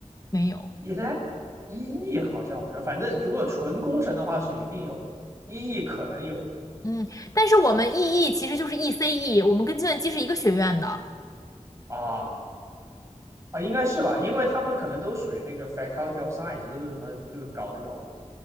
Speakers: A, on the left; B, on the right.
A: 没有。
B: 一才一亿，好像我不知道，反正如果纯工程的话是一定有的，一亿可能有
A: 嗯，但是我们 EE 其实就是 ECE，我们跟计算机是一个学院的，
B: 啊啊，应该是吧，因为他们可能都属于那个 Faculty of Science，都是什么就是搞那种